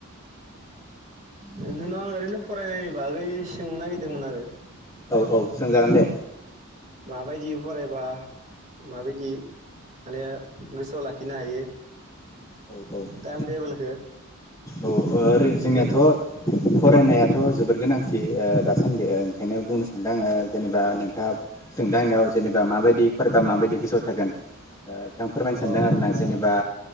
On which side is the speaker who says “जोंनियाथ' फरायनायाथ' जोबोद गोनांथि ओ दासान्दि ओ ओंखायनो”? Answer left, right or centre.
Left